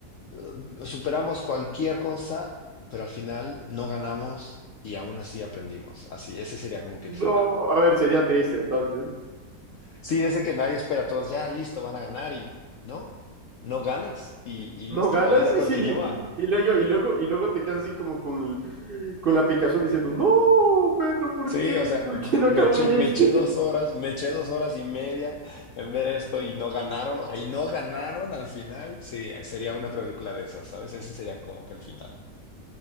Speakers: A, on the left; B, on the right.
A: eh, superamos cualquier cosa, pero al final no ganamos y aún así aprendimos. Así, ese sería como que
B: No,
A: el final.
B: a ver, sería triste, entonces.
A: Sí, ese que nadie espera, todos ya listo, van a ganar y no, no ganas y, y listo,
B: No ganas
A: la vida continúa.
B: y, y luego, y luego, y luego te quedas así como con, el- con la picazón diciendo, no, perro, ¿por
A: Sí,
B: qué?
A: o sea,
B: ¿Por qué no
A: me
B: acabó
A: eché,
B: bien?
A: me eché
B: <laughs>
A: dos horas, me eché dos horas y media en ver esto y no ganaron, o sea, y no ganaron al final. Sí, sería una película de esas, ¿sabes? Ese sería como que el final.